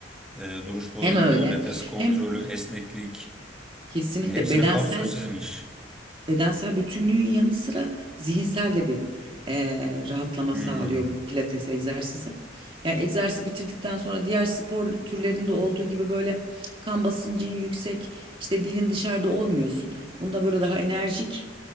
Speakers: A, in the centre; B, on the right.
A: E, duruş bozukluğu,
B: Hem öyle
A: nefes kontrolü,
B: hem
A: esneklik.
B: kesinlikle
A: Yani hepsini
B: bedensel
A: kapsıyor sizin iş.
B: bedensel bütünlüğün yanı sıra zihinsel de bir eee, rahatlama
A: Hmm.
B: sağlıyor bu pilates egzersizi. Yani egzersizi bitirdikten sonra diğer spor türlerinde olduğu gibi böyle kan basıncın yüksek, işte dilin dışarıda olmuyorsun. Bunda böyle daha enerjik,